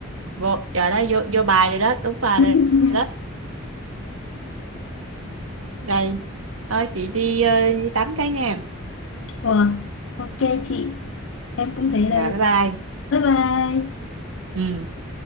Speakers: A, on the right; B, on the left.
A: vô trời đó vô vô bài rồi đó đúng bài
B: <laughs>
A: rồi đó rồi thôi chị đi, ờ, đi tắm cái nha
B: Ủa, ok chị em cũng thế
A: rồi
B: đây
A: bye bye
B: bye bye
A: ừ